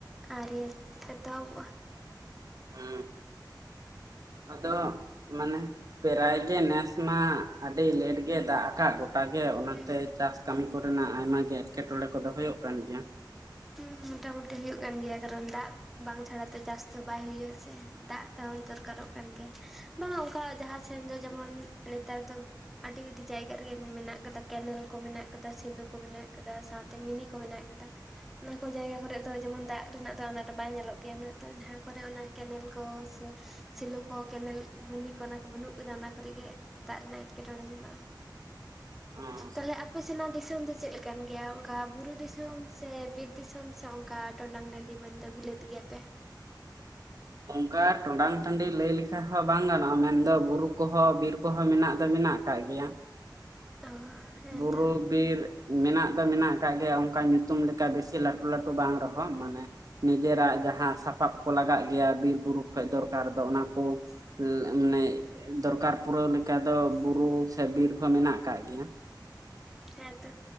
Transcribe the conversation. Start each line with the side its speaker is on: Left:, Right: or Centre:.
Centre: ᱟᱣᱨᱤ <inaudible>
Right: ᱦᱩᱸ ᱟᱫᱚ ᱢᱟᱱᱮ ᱯᱮᱨᱟᱭ ᱜᱮ ᱱᱮᱥ ᱢᱟ ᱟᱹᱰᱤ ᱞᱮᱴ ᱜᱮ ᱫᱟᱜ ᱟᱠᱟᱫ ᱜᱚᱴᱟ ᱜᱮ ᱚᱱᱟᱛᱮ
Centre: ᱦᱩᱸ
Right: ᱪᱟᱥ ᱠᱟᱹᱢᱤ ᱠᱚᱨᱮᱱᱟᱜ ᱟᱭᱢᱟ ᱜᱮ ᱮᱴᱠᱮᱴᱚᱬᱮ ᱠᱚᱫᱚ ᱦᱩᱭᱩᱜ ᱠᱟᱱ ᱜᱮᱭᱟ᱾
Centre: ᱦᱩᱸ ᱢᱚᱴᱟ ᱢᱩᱴᱤ ᱦᱳᱭᱳᱜ ᱠᱟᱱ ᱜᱮᱭᱟ ᱠᱟᱨᱚᱱ ᱫᱟᱜ ᱵᱟᱝ ᱪᱷᱟᱲᱟ ᱛᱚ ᱪᱟᱥ ᱫᱚ ᱵᱟᱭ ᱦᱳᱭᱳᱜ ᱟᱥᱮ᱾ ᱫᱟᱜ ᱛᱮᱢᱚᱱ ᱫᱚᱨᱠᱟᱨᱚᱜ ᱠᱟᱱ ᱜᱮᱭᱟ ᱵᱟᱝ ᱚᱱᱠᱟ ᱡᱟᱦᱟᱸ ᱥᱮᱱ ᱫᱚ ᱡᱮᱢᱚᱱ ᱱᱮᱛᱟᱨ ᱫᱚ ᱟᱹᱰᱤ ᱟᱹᱰᱤ ᱡᱟᱭᱜᱟ ᱨᱮᱜᱮ ᱢᱮᱱᱟᱜ ᱠᱟᱫᱟ, ᱠᱮᱱᱮᱞ ᱠᱚ ᱢᱮᱱᱟᱜ ᱠᱟᱫᱟ, ᱥᱮᱞᱳ ᱠᱚ ᱢᱮᱱᱟᱜ ᱠᱟᱫᱟ, ᱥᱟᱶᱛᱮ ᱢᱤᱱᱤ ᱠᱚ ᱢᱮᱱᱟᱜ ᱠᱟᱫᱟ᱾ ᱚᱱᱟ ᱠᱚ ᱡᱟᱭᱜᱟ ᱠᱚᱨᱮᱜ ᱫᱚ ᱡᱮᱢᱚᱱ ᱫᱟᱜ ᱨᱮᱱᱟᱜ ᱫᱚ ᱟᱱᱟᱴ ᱵᱟᱭ ᱧᱮᱞᱚᱜ ᱜᱮᱭᱟ ᱩᱱᱟᱹᱜ ᱛᱚ ᱡᱟᱦᱟᱸ ᱠᱚᱨᱮ ᱚᱱᱟ ᱠᱮᱱᱮᱞ ᱠᱚ ᱥᱮᱞᱳ ᱠᱚ ᱠᱮᱱᱮᱞ ᱢᱤᱱᱤ ᱠᱚ ᱚᱱᱟ ᱠᱚ ᱵᱟᱹᱱᱩᱜ ᱠᱟᱫᱟ, ᱚᱱᱟ ᱠᱚᱨᱮ ᱜᱮ ᱫᱟᱜ ᱨᱮᱱᱟᱜ ᱮᱴᱠᱮᱴᱚᱬᱮ ᱧᱮᱞᱚᱜᱼᱟ᱾
Right: ᱚ
Centre: ᱛᱟᱦᱟᱮ ᱟᱯᱮ ᱥᱮᱱᱟᱜ ᱫᱤᱥᱚᱢ ᱫᱚ ᱪᱮᱫᱞᱮᱠᱟᱱ ᱜᱮᱭᱟ ᱚᱱᱠᱟ ᱵᱩᱨᱩ ᱫᱤᱥᱚᱢ᱾ ᱥᱮ ᱵᱤᱨ ᱫᱤᱥᱚᱢ ᱥᱮ ᱚᱱᱠᱟ ᱴᱚᱰᱟᱝ ᱰᱟᱺᱰᱤ ᱢᱮᱱᱫᱚ ᱵᱤᱞᱟᱹᱛ ᱜᱮᱭᱟ ᱯᱮ
Right: ᱚᱱᱠᱟ ᱴᱚᱸᱰᱟᱝ ᱴᱟᱺᱰᱤ ᱞᱟᱹᱭ ᱞᱮᱠᱷᱟ ᱦᱚᱸ ᱵᱟᱝ ᱜᱟᱱᱚᱜᱼᱟ ᱢᱮᱱᱫᱚ ᱵᱩᱨᱩ ᱠᱚᱦᱚᱸ ᱵᱤᱨ ᱠᱚᱦᱚᱸ ᱢᱮᱱᱟᱜ ᱫᱚ ᱢᱮᱱᱟᱜ ᱠᱟᱜ ᱜᱮᱭᱟ
Centre: ᱚ ᱦᱮᱸᱛᱚ
Right: ᱵᱩᱨᱩ ᱵᱤᱨ ᱢᱮᱱᱟᱜ ᱫᱚ ᱢᱮᱱᱟᱜ ᱠᱟᱜ ᱜᱮᱭᱟ ᱚᱱᱠᱟ ᱧᱩᱛᱩᱢ ᱞᱮᱠᱟ ᱵᱮᱥᱤ ᱞᱟᱹᱴᱩ ᱞᱟᱹᱴᱩ ᱵᱟᱝ ᱨᱮᱦᱚᱸ ᱢᱟᱱᱮ ᱱᱤᱡᱮᱨᱟᱜ ᱡᱟᱦᱟᱸ ᱥᱟᱯᱟᱵ ᱠᱚ ᱞᱟᱜᱟᱜ ᱜᱮᱭᱟ ᱵᱤᱨ ᱵᱩᱨᱩ ᱠᱷᱚᱡ ᱫᱚᱨᱠᱟᱨ ᱫᱚ ᱚᱱᱟ ᱠᱚ ᱢᱟᱱᱮ ᱫᱚᱨᱠᱟᱨ ᱯᱩᱨᱟᱹᱣ ᱞᱮᱠᱟ ᱫᱚ ᱵᱩᱨᱩ ᱥᱮ ᱵᱤᱨ ᱦᱚᱸ ᱢᱮᱱᱟᱜ ᱠᱟᱜ ᱜᱮᱭᱟ
Centre: ᱦᱮᱸ ᱛᱚ